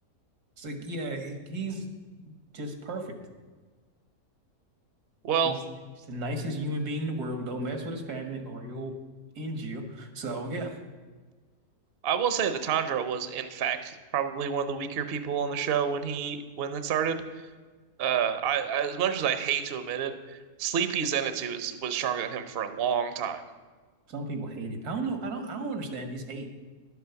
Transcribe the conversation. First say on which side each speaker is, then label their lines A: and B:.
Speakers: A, on the right; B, on the right.
A: It's like, yeah, he- he's just perfect.
B: Well,
A: He's he's the nicest human being in the world. Don't mess with his family or he'll end you. So yeah,
B: I will say that Tanjiro was in fact probably one of the weaker people on the show when he when it started. Uh, I, I as much as I hate to admit it, Sleepy Zenitsu is, was stronger than him for a long time.
A: some people hate it. I don't know. I don't. I don't understand his hate.